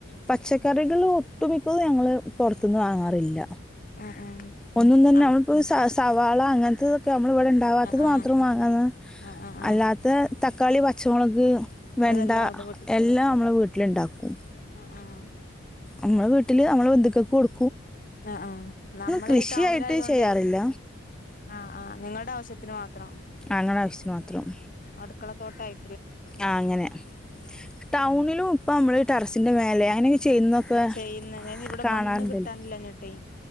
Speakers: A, in the centre; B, on the left.
A: പച്ചക്കറികള് ഒട്ടുമിക്കത് ഞങ്ങള് പൊർത്ത്ന്ന് വാങ്ങാറില്ല
B: ആഹ് ആഹ്
A: ഒന്നും തന്നെ
B: അം
A: നമ്മളിപ്പോ സാസ് സവാള അങ്ങൻത്ത തൊ നമ്മള ഇവിടെ ഇണ്ടാവാത്തത്
B: ആഹ് ആഹ്
A: മാത്രം വാങ്ങന്ന്
B: ആഹ് ആഹ് ആഹ്
A: അല്ലാത്ത തക്കാളി പച്ചമൊളക് വെണ്ട
B: അതെല്ലാം അവിടെ
A: എല്ലാം മ്മളെ വീട്ടിലിണ്ടാക്കും
B: ആ
A: അമ്മളെ വീട്ടില് അമ്മളെ ബന്ധുക്കക്ക് കൊട്
B: ആ ആ നമ്മൾ
A: കൃഷിയായിട്ട്
B: ഈ ടൗണിലായതോണ്ടേ
A: ചെയ്യാറില്ല
B: ആ ആ നിങ്ങളുടെ ആവശ്യത്തിന് മാത്രം
A: അങ്ങളെ ആവശ്യത്തിന് മാത്രം
B: അടുക്കളത്തോട്ടായി
A: ആ അങ്ങനെ ടൗണിലും ഇപ്പ മ്മള് ടെറസിന്റെ മേലെ അങ്ങനെയൊക്കെ ചെയ്യുന്നതൊക്കെ
B: ചെയ്യുന്നതിനിവിടെ
A: കാണാറുണ്ടല്ലോ
B: മണ്ണ് കിട്ടാനില്ലഞ്ഞിട്ടേയ്